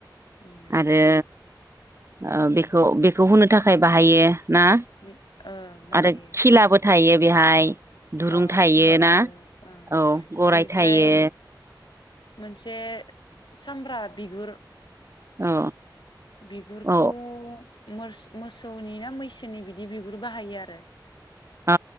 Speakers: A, on the left; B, on the right.
A: उम
B: आरो ओ बेखौ-बेखौ हुनो थाखाय बाहायो ना
A: मि ओ बाहायो
B: आरो खिलाबो थायो। बेहाय दुरुं
A: ओ
B: थायो
A: खिला
B: ना
A: ओ
B: औ गराय
A: बिनिफ्राय
B: थायो
A: मोनसे सामब्रा बिगुर
B: औ
A: बिगुरखौ
B: औ
A: मुरस मोसौनि ना मैसोनि बिदि बिगुर बाहायो आरो।
B: औ